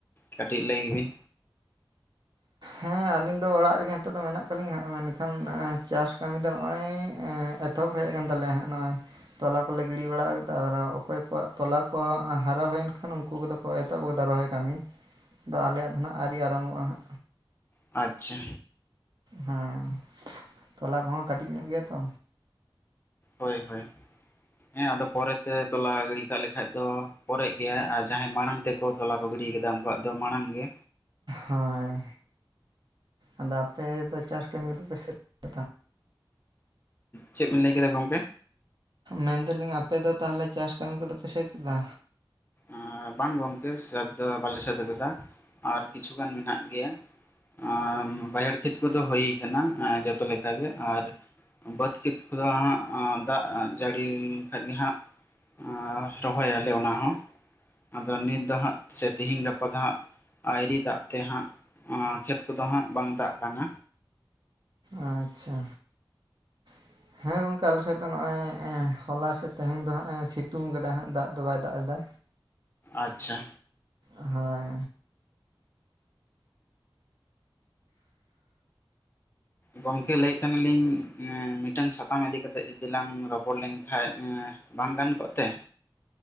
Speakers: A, on the left; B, on the right.
A: ᱠᱟᱹᱴᱤᱡ ᱞᱟᱹᱭ ᱵᱤᱱ?
B: ᱦᱮᱸ ᱟᱹᱞᱤᱧ ᱫᱚ ᱚᱲᱟᱜ ᱨᱮᱜᱮ ᱱᱤᱛᱚᱜ ᱫᱚ ᱢᱮᱱᱟᱜ ᱠᱟᱜ ᱞᱤᱧᱲ ᱦᱟᱸᱜ ᱢᱮᱱᱠᱷᱟᱱ ᱪᱟᱥ ᱠᱟᱹᱢᱤ ᱫᱚ ᱱᱚᱜᱼᱚᱭ ᱮᱸ ᱮᱛᱚᱦᱚᱵ ᱦᱮᱜ ᱠᱟᱱ ᱛᱟᱞᱮᱭᱟ ᱦᱟᱸᱜ ᱱᱚᱜᱼᱚᱭ ᱛᱚᱞᱟ ᱠᱚᱞᱮ ᱜᱤᱲᱤ ᱵᱟᱲᱟ ᱠᱟᱫᱟ ᱟᱨ ᱚᱠᱚᱭ ᱠᱚᱣᱟᱜ ᱛᱚᱞᱟ ᱠᱚ ᱦᱟᱨᱟ ᱦᱩᱭᱮᱱ ᱠᱷᱟᱱ ᱩᱱᱠᱩ ᱠᱚᱫᱚ ᱠᱚ ᱮᱛᱚᱦᱚᱵ ᱜᱚᱫᱟ ᱨᱚᱦᱚᱭ ᱠᱟᱹᱢᱤ ᱫᱚ ᱟᱞᱮᱭᱟᱜ ᱫᱚ ᱱᱟᱦᱟᱜ ᱟᱹᱣᱨᱤ ᱟᱨᱟᱢᱵᱷᱚᱜᱼᱟ ᱦᱟᱸᱜ᱾
A: ᱟᱪᱪᱷᱟ
B: ᱦᱮᱸ ᱛᱚᱞᱟ ᱠᱚᱦᱚᱸ ᱠᱟᱹᱴᱤᱡ ᱧᱚᱜ ᱜᱮᱭᱟ ᱛᱚ᱾
A: ᱦᱳᱭ ᱦᱳᱭ ᱦᱮᱸ ᱟᱫᱚ ᱯᱚᱨᱮᱛᱮ ᱛᱚᱞᱟ ᱜᱤᱲᱤ ᱠᱟᱜ ᱞᱮᱠᱷᱟᱡ ᱫᱚ ᱯᱚᱨᱮᱜ ᱜᱮᱭᱟ ᱟᱨ ᱡᱟᱦᱟᱸᱭ ᱢᱟᱲᱟᱝ ᱛᱮᱠᱚ ᱛᱚᱞᱟ ᱠᱚ ᱜᱤᱰᱤᱭ ᱠᱟᱫᱟ ᱩᱝᱠᱩᱣᱟᱜ ᱫᱚ ᱢᱟᱲᱟᱝ ᱜᱮ᱾
B: ᱦᱳᱭ ᱟᱫᱚ ᱟᱯᱮ ᱫᱚ ᱪᱟᱥ ᱠᱟᱹᱢᱤ ᱠᱚᱫᱚ ᱯᱮ ᱥᱟᱹᱫ ᱠᱟᱫᱟ?
A: ᱪᱮᱜ ᱵᱤᱱ ᱞᱟᱹᱭ ᱠᱮᱫᱟ ᱜᱚᱝᱠᱮ?
B: ᱢᱮᱱᱫᱟᱞᱤᱧ ᱟᱯᱮ ᱫᱚ ᱛᱟᱦᱞᱮ ᱪᱟᱥ ᱠᱟᱹᱢᱤ ᱠᱚᱫᱚ ᱯᱮ ᱥᱟᱹᱫ ᱠᱮᱫᱟ?
A: ᱮᱸ ᱵᱟᱝ ᱜᱚᱝᱠᱮ ᱥᱟᱹᱛ ᱫᱚ ᱵᱟᱞᱮ ᱥᱟᱹᱛ ᱠᱟᱫᱟ ᱟᱨ ᱠᱤᱪᱷᱩ ᱜᱟᱱ ᱢᱮᱱᱟᱜ ᱜᱮᱭᱟ᱾ ᱟᱸ ᱵᱟᱹᱭᱦᱟᱹᱲ ᱠᱷᱮᱛ ᱠᱚᱫᱚ ᱦᱩᱭ ᱠᱟᱱᱟ ᱟᱸ ᱡᱚᱛᱚ ᱞᱮᱠᱟᱜᱮ ᱟᱨ ᱵᱟᱹᱫᱽ ᱠᱷᱮᱛ ᱠᱚᱫᱚ ᱦᱟᱸᱜ ᱟᱸ ᱫᱟᱜ ᱡᱟᱹᱲᱤ ᱞᱮᱱᱠᱷᱟᱱ ᱜᱮ ᱦᱟᱸᱜ ᱟᱸ ᱨᱚᱦᱚᱭᱟᱞᱮ ᱚᱱᱟ ᱦᱚᱸ ᱟᱫᱚ ᱱᱤᱛ ᱫᱚᱦᱟᱸᱜ ᱥᱮ ᱛᱤᱦᱤᱧ ᱜᱟᱯᱟ ᱫᱚ ᱦᱟᱸᱜ ᱟᱭᱨᱤ ᱫᱟᱜ ᱛᱮ ᱦᱟᱸᱜ ᱟᱸ ᱠᱷᱮᱛ ᱠᱚᱫᱚ ᱦᱟᱸᱜ ᱵᱟᱝ ᱫᱟᱜ ᱠᱟᱱᱟ᱾
B: ᱟᱪᱪᱷᱟ <inaudible> ᱦᱮᱸ ᱜᱚᱝᱠᱮ ᱟᱞᱮᱥᱮᱫ ᱫᱚ ᱱᱚᱜᱼᱚᱭ ᱮᱸ ᱦᱚᱞᱟ ᱥᱮ ᱛᱮᱦᱮᱧ ᱫᱚ ᱦᱟᱜ ᱮ ᱥᱤᱛᱩᱝ ᱠᱟᱫᱟ ᱦᱟᱸᱜ ᱫᱟᱜ ᱫᱚ ᱵᱟᱭ ᱫᱟᱜ ᱮᱫᱟ᱾
A: ᱟᱪᱪᱷᱟ
B: ᱟᱪᱪᱷᱟ ᱦᱚᱭ
A: ᱜᱚᱝᱠᱮ ᱞᱟᱹᱭᱮᱜ ᱛᱟᱦᱮᱱᱟᱞᱤᱧ ᱮᱸ ᱢᱤᱫᱴᱟᱝ ᱥᱟᱛᱟᱢ ᱤᱫᱤ ᱠᱟᱛᱮᱜ ᱡᱩᱫᱤ ᱞᱟᱝ ᱨᱚᱯᱚᱲ ᱞᱮᱱᱠᱟᱱ ᱮᱸ ᱵᱟᱝ ᱜᱟᱱ ᱠᱚᱜ ᱛᱮ?